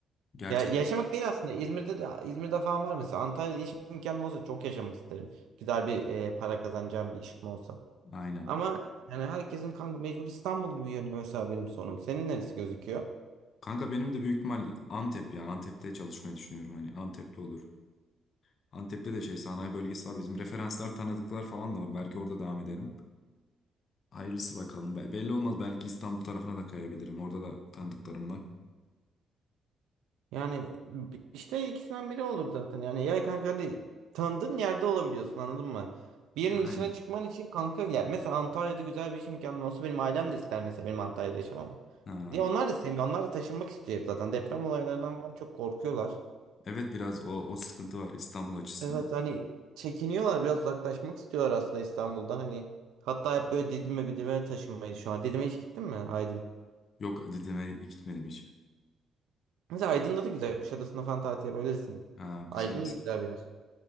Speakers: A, on the left (about 50°); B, on the right (about 80°).
A: Gerçek.
B: Ya yaşamak değil aslında. İzmir'de de İzmir'de falan var mesela. Antalya'da iş imkanım olsa çok yaşamak isterim. Güzel bir e, para kazanacağım bir işim olsa.
A: Aynen.
B: Ama yani herkesin kanka mecbur İstanbul gibi görünüyor mesela benim sonum. Senin neresi gözüküyor?
A: Kanka benim de büyük ihtimal Antep ya. Antep'te çalışmayı düşünüyorum. Hani Antep'te olur. Antep'te de şey sanayi bölgesi var. Bizim referanslar tanıdıklar falan da var. Belki orada devam ederim. Hayırlısı bakalım. Be- belli olmaz. Belki İstanbul tarafına da kayabilirim. Orada da tanıdıklarım var.
B: Yani b- işte ikisinden biri olur zaten. Yani ya kanka hani tanıdığın yerde olabiliyorsun anladın mı? Bir yerin
A: Aynen.
B: dışına çıkman için kanka ya mesela Antalya'da güzel bir iş imkanım olsa benim ailem de ister mesela benim Antalya'da yaşamam.
A: Ha.
B: Diye onlar da seviyor. Onlar da taşınmak istiyor hep zaten. Deprem olaylarından falan çok korkuyorlar.
A: Evet biraz o, o sıkıntı var İstanbul açısından.
B: Evet hani çekiniyorlar biraz uzaklaşmak istiyorlar aslında İstanbul'dan. Hani hatta hep böyle Didim'e Didim'e taşınmayı düşünüyorlar. Didim'e hiç gittin mi Aydın?
A: Yok Didim'e gitmedim hiç.
B: Mesela Aydın'da da güzel. Kuşadası'nda falan tatil yapabilirsin.
A: Ha,
B: Aydın
A: Kuşadası.
B: da güzel bir yer.